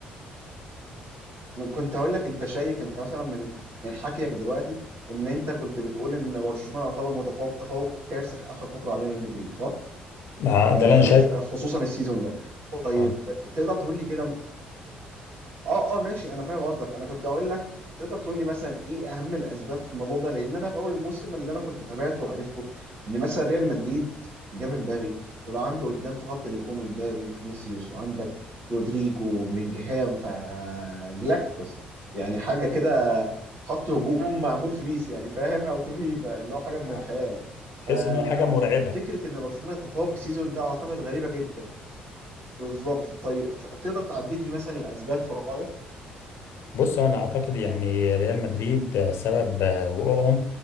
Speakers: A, on the right; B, on the left.
A: كنت هقول لك انت شايف انت مثلا من من حكيك دلوقتي ان انت كنت بتقول ان برشلونة يعتبر متفوق تفوق كاسح اخر فترة علينا من مدريد صح؟
B: آه،
A: آه،
B: ده اللي انا شايفه
A: ف- خصوصا السيزون ده طيب
B: طبعاً.
A: تقدر تقول لي كده اه اه ماشي انا فاهم قصدك انا كنت اقول لك تقدر تقول لي مثلا ايه اهم الاسباب في الموضوع ده لان انا في اول الموسم اللي انا كنت تابعته وعرفته ان مثلا ريال مدريد جاب امبابي طبعا عنده قدام في خط الهجوم امبابي وفينيسيوس وعندك رودريجو وبلينجهام فجلاكتيكوس يعني حاجه كده خط هجوم معمول في بيس يعني فاهم او في فيفا اللي هو حاجه من
B: آه.
A: الخيال ف
B: حس انه حاجه مرعبه
A: فكره ان برشلونه يتفوق السيزون ده اعتقد غريبه جدا بالظبط طيب ف- تقدر تعدد لي مثلا الاسباب في رايك
B: بص هو انا اعتقد يعني ريال مدريد آه، سبب آه، وقوعهم